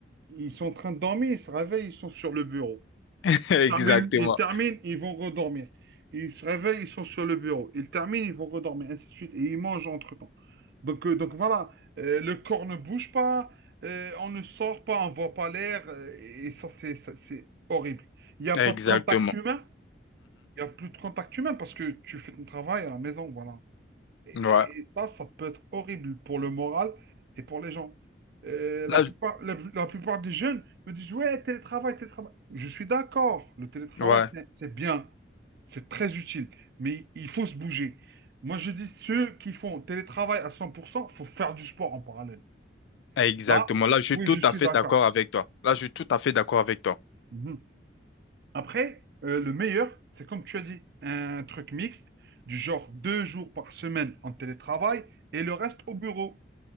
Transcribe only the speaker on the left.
<laughs> exactement.
Exactement.
Mhm. Ouais.
Là,
je- ouais,
exactement.
Là, je suis
tout
à fait
d'accord avec toi. Là, je suis tout à fait d'accord avec toi.